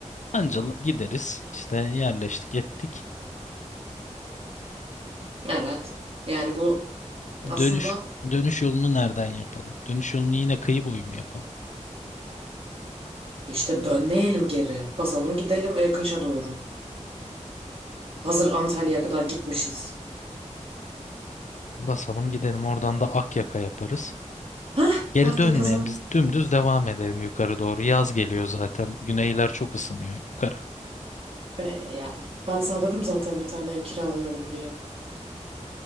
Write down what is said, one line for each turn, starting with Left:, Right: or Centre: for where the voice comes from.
Left: Anca gideriz. İşte yerleştik ettik.
Right: Evet. Yani bu aslında
Left: Dönüş dönüş yolunu nereden yapalım? Dönüş yolunu yine kıyı boyu mu yapalım?
Right: işte dönmeyelim geri. Basalım gidelim e, Kaş'a doğru. Hazır Antalya'ya kadar gitmişiz.
Left: Basalım gidelim oradan da Akyaka yaparız.
Right: Hah
Left: Geri
Right: Akya
Left: dönmeyen
Right: kaza.
Left: biz dümdüz devam edelim yukarı doğru. Yaz geliyor zaten. Güneyler çok ısınıyor yukarı.
Right: E, yani ben sana dedim zaten bir tane ev kiralayalım diye.